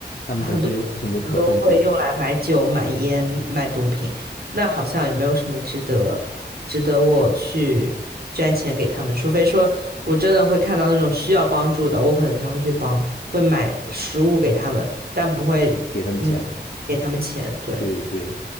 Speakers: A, on the left (about 55°); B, on the right (about 60°).
A: 他们本身有很多可恨之处，
B: 很多人都会用来买酒、买烟、买毒品，那好像也没有什么值得值得我去捐钱给他们，除非说我真的会看到那种需要帮助的，我可能才会去帮，会买食物给他们，但不会，
A: 给他们钱。
B: 嗯，给他们钱。对，
A: 对对，